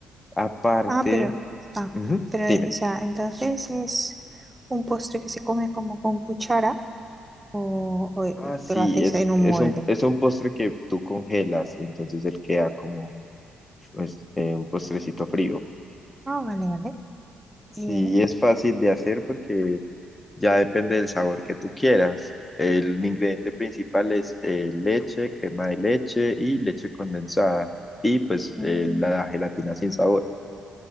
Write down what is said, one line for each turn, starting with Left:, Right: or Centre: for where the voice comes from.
Left: Aparte,
Right: Ah, pero, ah,
Left: ujú,
Right: pero, eh,
Left: dime.
Right: o sea, entonces es un postre que se come como con cuchara o, o, eh,
Left: Ah, sí,
Right: te lo haces
Left: es,
Right: en un
Left: es
Right: molde.
Left: un, es un postre que tú congelas y entonces él queda como pues, eh, un postrecito frío.
Right: Ah, vale, vale.
Left: Sí,
Right: Bien.
Left: es fácil de hacer porque ya depende del sabor que tú quieras. El ingrediente principal es eh, leche, crema de leche y leche condensada y pues
Right: Mm,
Left: eh, la gelatina sin sabor.